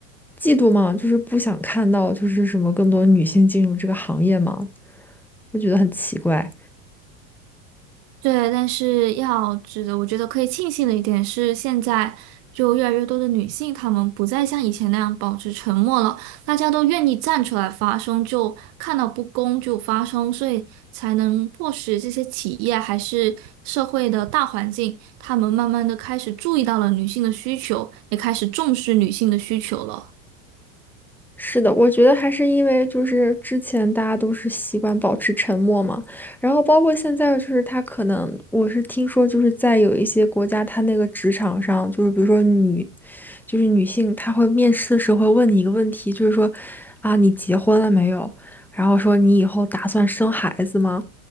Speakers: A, in the centre; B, on the right.
A: 嫉妒嘛，就是不想看到就是什么更多女性进入这个行业嘛，就觉得很奇怪。
B: 对，但是要值得，我觉得可以庆幸的一点是，现在就越来越多的女性，她们不再像以前那样保持沉默了，大家都愿意站出来发声，就看到不公就发声，所以才能迫使这些企业还是社会的大环境，他们慢慢的开始注意到了女性的需求，也开始重视女性的需求了。
A: 是的，我觉得还是因为就是之前大家都是习惯保持沉默嘛，然后包括现在就是他可能我是听说就是在有一些国家，他那个职场上就是比如说女，就是女性，她会面试的时候会问你一个问题，就是说啊你结婚了没有？然后说你以后打算生孩子吗？